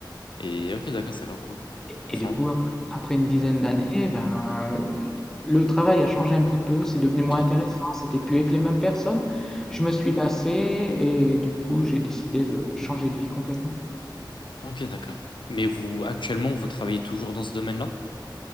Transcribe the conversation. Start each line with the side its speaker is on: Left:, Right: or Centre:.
Left: Et ok, d'accord, c'est grave cool. Franchement.
Centre: Et du coup, après, après une dizaine
Left: Hmm.
Centre: d'années, ben, le travail a changé un petit peu, c'est devenu
Left: Ok,
Centre: moins intéressant, c'était plus avec les mêmes personnes.
Left: oui.
Centre: Je me suis lassé et du coup, j'ai décidé de changer de vie complètement.
Left: Ok, d'accord. Mais vous, actuellement, vous travaillez toujours dans ce domaine-là?